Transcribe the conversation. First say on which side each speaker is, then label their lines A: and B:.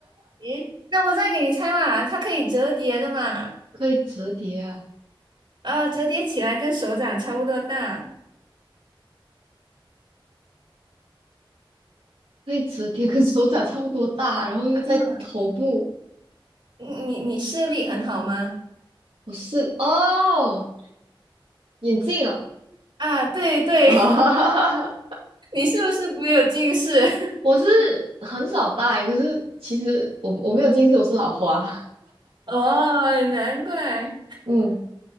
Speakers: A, on the right; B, on the right.
A: 诶，那我再给你猜嘛，它可以折叠的嘛，
B: <laughs> 可以折叠啊。
A: 啊，折叠起来跟手掌差不多大。
B: 可以折叠，跟手掌差不多大，然后又在头部。
A: 啊，你你你视力很好吗？
B: 我是哦，眼镜啊，
A: 啊，对对，
B: <laughs> 啊，
A: <laughs> 你是不是不有近视？
B: 我是很少戴，可是其实我我没有近视，我是老花。
A: <laughs> 哦，难怪。
B: <laughs> 嗯，